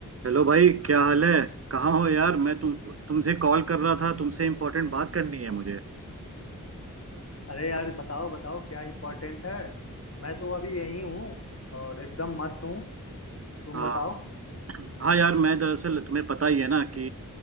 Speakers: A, on the right; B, on the left.
A: हेलो भाई क्या हाल है कहाँ हो यार मैं तुम तुमसे कॉल कर रहा था तुमसे इम्पोर्टेंट बात करनी है मुझे
B: अरे यार बताओ बताओ क्या इम्पोर्टेंट है मैं तो अभी यही हूँ और एकदम मस्त हूँ तुम
A: हाँ
B: बताओ
A: हाँ यार मैं दरअसल तुम्हें पता ही है ना कि